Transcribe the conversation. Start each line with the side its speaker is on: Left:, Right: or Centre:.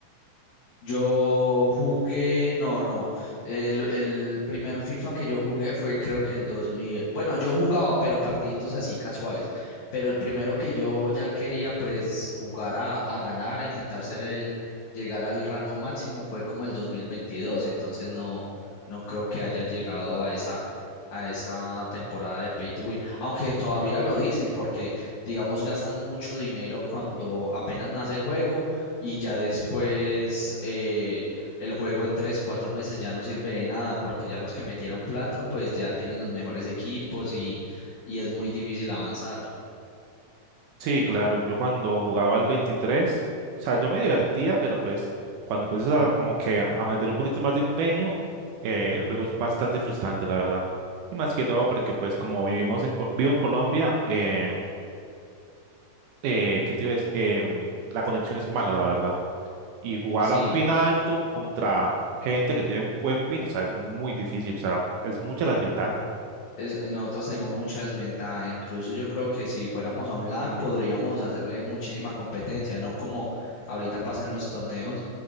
Left: Yo jugué, no, no. El, el primer FIFA que yo jugué fue creo que el 2000. Bueno, yo jugaba, pero partiditos así casuales. Pero el primero que yo ya quería pues jugar a, a ganar, a intentar ser el, llegar al rango máximo fue como el 2022. Entonces no, no creo que haya llegado a esa, a esa temporada de Pay to Win. Aunque todavía lo dicen porque, digamos, gastan mucho dinero cuando apenas nace el juego y ya después eh, el juego en tres, cuatro meses ya no sirve de nada porque ya los que metieron plata pues ya tienen los mejores equipos y, y es muy difícil avanzar.
Right: Sí, claro, yo cuando jugaba el 23, o sea, yo me divertía, pero pues cuando empiezas a, como que a meter un poquito más de empeño, eh, el juego es bastante frustrante, la verdad. Y más que todo porque pues como vivimos en, Co- vivo en Colombia, eh, eh, ¿qué te iba a decir? Em, la conexión es mala, la verdad. y jugar
Left: Sí,
Right: a un pin alto contra gente que tiene un buen pin, o sea, es muy difícil, o sea, es mucha la desventaja.
Left: es- nosotros tenemos mucha desventaja, incluso yo creo que si fuéramos a un LAN podríamos hacerle muchísima competencia, no como ahorita pasan los torneos,